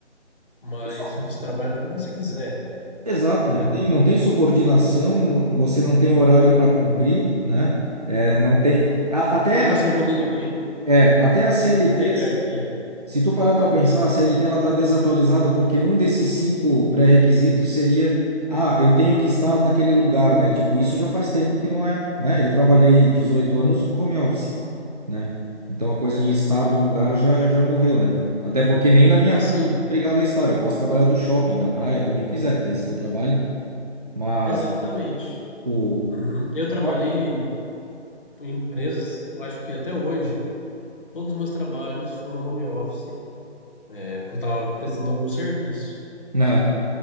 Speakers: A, on the left; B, on the right.
A: mas
B: Isso.
A: você trabalha quando você quiser,
B: Exato,
A: né?
B: não tem, não tem subordinação, não- você não tem horário para cumprir, né? É, não tem. a- até
A: E
B: a,
A: você
B: C-
A: não manda em ninguém,
B: é, até a CLT,
A: não tem hierarquia.
B: se se tu parar para pensar, a CLT ela está desatualizada porque um desses cinco pré-requisitos seria, ah, eu tenho que estar naquele lugar, né? E, tipo, isso já faz tempo que não é, né? Eu trabalhei 18 anos home office. né? Então a coisa de estar no lugar já, já morreu, né? Até porque nem na minha
A: Assim,
B: casa eu sou obrigado a estar. Eu posso trabalhar do shopping, da praia, de onde eu quiser, desde que eu trabalhe. Mas
A: exatamente.
B: o.
A: Uhum. Eu trabalhei
B: Ah,
A: em empresas, eu acho que até hoje, todos os meus trabalhos foram home office, é, porque eu estava prestando algum serviço.
B: né?